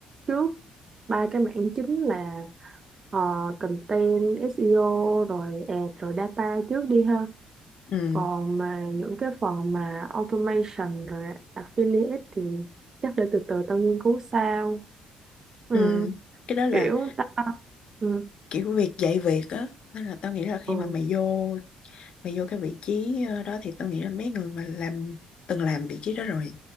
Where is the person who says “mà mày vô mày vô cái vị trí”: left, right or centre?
Left